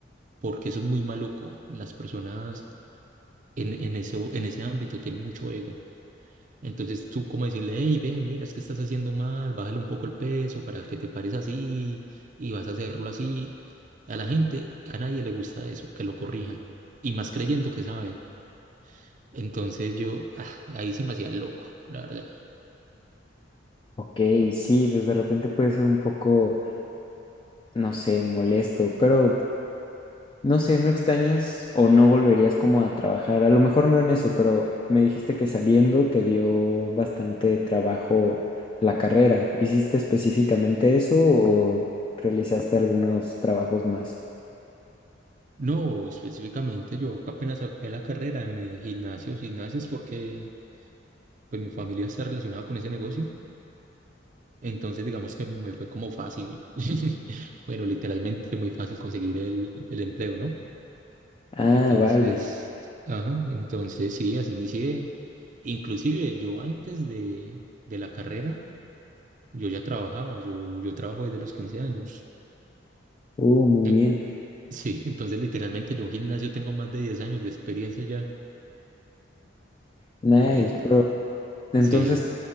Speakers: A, on the right; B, on the left.
A: porque eso es muy maluco. Las personas en, en eso, en ese ámbito tienen mucho ego. Entonces tú como decirle, hey, ven, mira, es que estás haciendo mal, bájale un poco el peso para que te pares así y vas a hacerlo así. A la gente, a nadie le gusta eso, que lo corrijan. Y más creyendo que saben. Entonces yo, ah, ahí sí me hacía loco, la verdad.
B: Ok, sí, pues de repente puede ser un poco, no sé, molesto, pero... No sé, ¿no extrañas o no volverías como a trabajar? A lo mejor no en eso, pero me dijiste que saliendo te dio bastante trabajo la carrera. ¿Hiciste específicamente eso o realizaste algunos trabajos más?
A: No, específicamente yo apenas acabé la carrera, me gimnasios, gimnasios, porque pues mi familia está relacionada con ese negocio. Entonces digamos que me fue como fácil, <laughs> bueno, literalmente muy fácil conseguir el, el empleo, ¿no?
B: Ah,
A: Entonces,
B: vale.
A: ajá, entonces sí, así inicié. Inclusive yo antes de, de la carrera, yo ya trabajaba, yo, yo trabajo desde los 15 años.
B: Uh, muy
A: Mm,
B: bien.
A: Sí, <laughs> entonces literalmente yo en gimnasio tengo más de 10 años de experiencia ya.
B: Nice.
A: Ent-
B: Pero entonces,
A: sí,